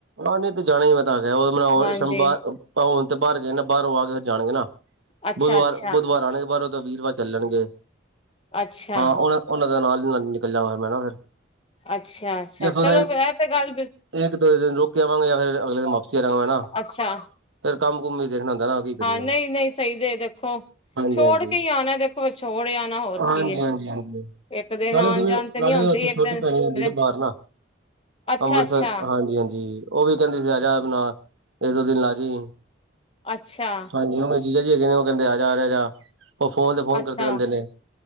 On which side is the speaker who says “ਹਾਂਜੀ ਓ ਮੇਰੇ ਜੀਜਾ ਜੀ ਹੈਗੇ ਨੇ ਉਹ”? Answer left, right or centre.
Right